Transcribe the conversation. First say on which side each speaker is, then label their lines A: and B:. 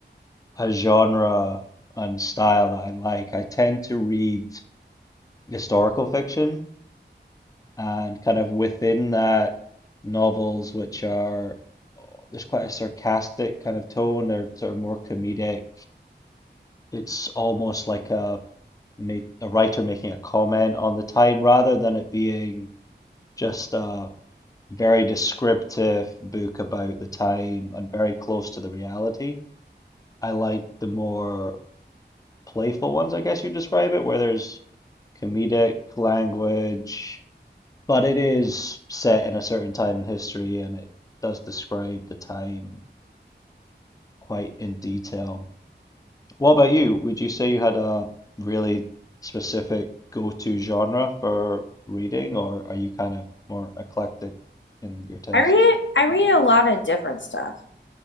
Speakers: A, on the left; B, on the left.
A: a genre and style that I like. I tend to read historical fiction and kind of within that novels which are there's quite a sarcastic kind of tone, they're sort of more comedic it's almost like a make a writer making a comment on the time rather than it being just a very descriptive book about the time and very close to the reality. I like the more playful ones, I guess you describe it, where there's comedic language, but it is set in a certain time in history and it does describe the time quite in detail. What about you? Would you say you had a really specific go-to genre for reading, or are you kind of more eclectic in your tastes?
B: I read I read a lot of different stuff.